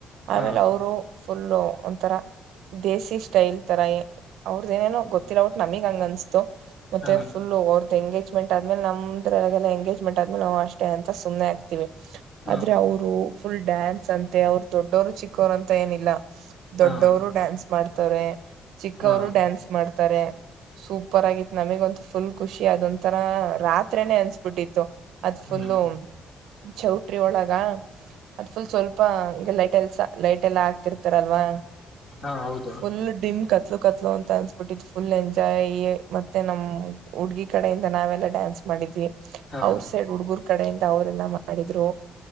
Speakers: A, on the right; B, on the left.
A: ಆಮೇಲೆ
B: ಹಾ
A: ಅವರು ಫುಲ್ಲು ಒಂಥರ ದೇಸಿ ಸ್ಟೈಲ್ ತರ ಅವ್ರುದ್ ಏನೇನೋ ಗೊತ್ತಿಲ್ಲ ಬಟ್ ನಮಗ್ ಹಂಗ ಅನ್ಸುತು ಮತ್ತೆ
B: ಹಾ
A: ಫುಲ್ <unintelligible> ಎಂಗೇಜ್ಮೆಟ್ ಆದ್ಮೇಲೆ ನಮ್ರೊಳಗಲ್ಲ ಎಂಗೇಜ್ಮೆಟ್ ಆದ್ಮೇಲೆ ನಾವು ಅಷ್ಟೇ ಅಂತ ಸುಮ್ಮನೆ ಆಗ್ತಿವಿ.
B: ಹಾ
A: ಆದ್ರೆ ಅವರು ಫುಲ್ ಡ್ಯಾನ್ ಸಂತೆ ಅವ್ರು ದೊಡ್ಡೋರು ಚಿಕ್ಕೋರು ಅಂತ ಏನಿಲ್ಲ ದೊಡ್ಡವ್ರು
B: ಹಾ
A: ಡ್ಯಾನ್ಸ್ ಮಾಡ್ ತರೆ ಚಿಕ್ಕವರು
B: ಹಾ
A: ಡ್ಯಾನ್ಸ್ ಮಾಡ್ ತರೆ ಸೂಪರ್ ಆಗಿತ್ತು ನಮಗೆ ಅಂತು ಫುಲ್ ಖುಷಿ ಅದೊಂತರ ರಾತ್ರಿನೇ ಅನ್ಸಬಿಟ್ಟಿತ್ತು ಅದ್
B: ಹ್ಮ್
A: ಫುಲ್ಲು ಚೌಟ್ರಿ ಒಳಗ ಅದ್ ಫುಲ್ ಸ್ವಲ್ ಹಂಗೆ ಲೈಟ್ ಎಲ್ಸ ಲೈಟ್ ಎಲ್ಲಾ ಆಗ್ತಿರ್ತಾರಲ್ವಾ
B: ಹಾ ಹೌದು
A: ಫುಲ್ ಡಿಮ್ ಕ ಕತ್ಲು ಕತ್ಲು ಅಂತ ಅನ್ಸ್ಬಿಟ್ಟಿದ್ ಫುಲ್ ಎಂಜಾಯ್ ಮತ್ತೆ ನಮ್ಮ್ ಹುಡ್ಗಿ ಕಡೆಯಿಂದ ನಾವೆಲ್ಲ ಡ್ಯಾನ್ಸ್ ಮಾಡಿದ್ವಿ.
B: ಹಾ
A: ಅವ್ರ ಸೈಡ್ ಹುಡ್ಗರು ಆ ಕಡೆಯಿಂದ ಅವರೆಲ್ಲ ಮಾಡಿದ್ರು